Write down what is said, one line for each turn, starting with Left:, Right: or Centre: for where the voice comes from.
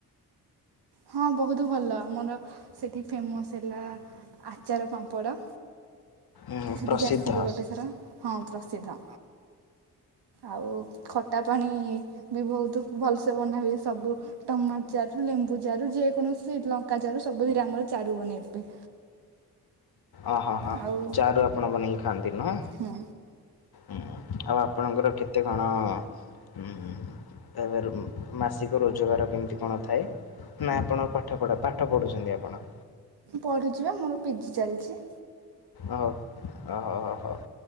Right: ହଁ ବହୁତ୍ ଭଲ ଆମର ସେଠି ଫେମସ୍ ହେଲା ଆଚାର ପାମ୍ପଡ଼।
Left: ଉଁ
Right: ସେଠିକି
Left: ପ୍ରସିଦ୍ଧ
Right: ଆସିବେ ଗୋଟେ ଥର। ହଁ ପ୍ରସିଦ୍ଧ। ଆଉ ଖଟା ପାଣି ବି ବହୁତୁ ଭଲ୍ ସେ ବନା ହୁଏ ସବୁ। ଟମାଟ୍ ଜାରୁ ଲେମ୍ବୁ ଜାରୁ ଯେକୌଣସି ଲଙ୍କା ଜାରୁ ସବୁଥିରେ ଆମର ଚାରୁ ବନେଇକି ପିଉ।
Left: ଓହ ହଁ ହଁ
Right: ଆଉ
Left: ଚାରୁ ଆପଣ ବନେଇକି ଖାଆନ୍ତି ନୁହଁ।
Right: ହୁଁ
Left: ଉଁ ଆଉ ଆପଣଙ୍କର କେତେ କ? କଣ ଉମ୍ ଏବେର୍ ମାସିକ ରୋଜଗାର କେମିତି କଣ ଥାଏ? ନା ଆପଣ ପାଠ ପଢା ପାଠ ପଢୁଛନ୍ତି ଆପଣ।
Right: ପଢୁଚି ବା ମୋର ପିଜି ଚାଲଚି।
Left: ଅହୋ ଅ ହ ହ ହ